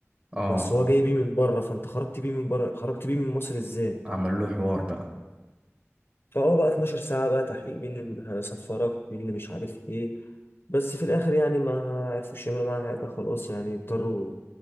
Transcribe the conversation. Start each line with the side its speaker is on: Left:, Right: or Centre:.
Right: اه
Left: بس هو جاي بيه من بره فانت خرجت بيه من بره خرجت بيه من مصر ازاي
Right: عمل له حوار بقى
Left: فهو بقى 12 ساعة بقى تحقيق مين اللي هيصفرك مين اللي مش عارف ايه بس في الآخر يعني ما عرفوش يعملوا معاه حاجة خلاص يعني اضطروا